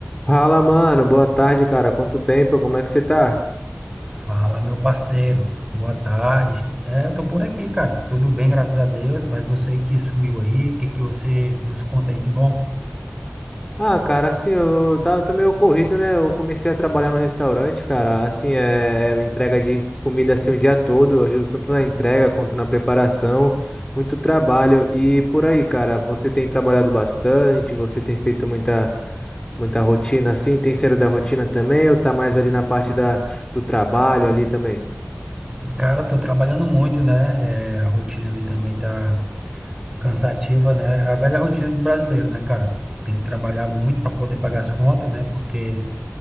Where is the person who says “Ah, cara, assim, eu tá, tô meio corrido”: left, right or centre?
Left